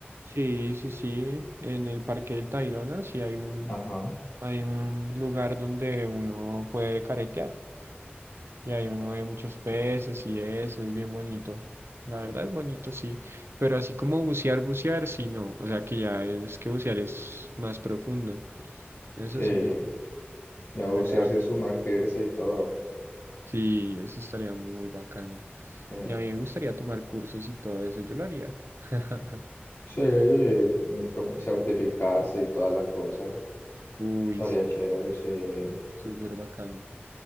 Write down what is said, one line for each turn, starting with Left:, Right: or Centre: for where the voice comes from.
Right: sí, sí, sí, en el Parque del Tayrona sí hay un
Left: Ajá,
Right: Hay un lugar donde uno puede caretear y ahí uno ve muchos peces y eso, es bien bonito. La verdad es bonito, sí, pero así como bucear, bucear, sí, no. O sea que ya es que bucear es más profundo, eso
Left: sí,
Right: sí, no.
Left: ya bucearse
Right: Pero ay,
Left: y sumergirse y todo.
Right: sí, eso estaría muy bacano.
Left: Sí,
Right: Y a mí me gustaría tomar cursos y todo eso, yo lo haría. <laughs>
Left: sí, y como certificarse y toda la cosa.
Right: Uy,
Left: Estaría
Right: sí,
Left: chévere, sí.
Right: súper bacano.